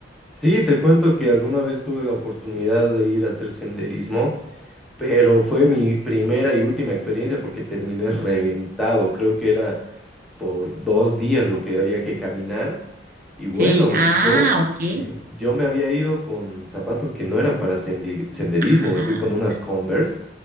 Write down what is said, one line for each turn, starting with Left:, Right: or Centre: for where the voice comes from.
Centre: Sí, te cuento que alguna vez tuve la oportunidad de ir a hacer senderismo, pero fue mi primera y última experiencia porque terminé reventado. Creo que era por dos días lo que había que caminar. Y bueno,
Right: Sí, ah,
Centre: yo,
Right: ok.
Centre: <laughs> yo me había ido con zapatos que no eran para sendi- senderismo,
Right: Ah,
Centre: me fui con unas Converse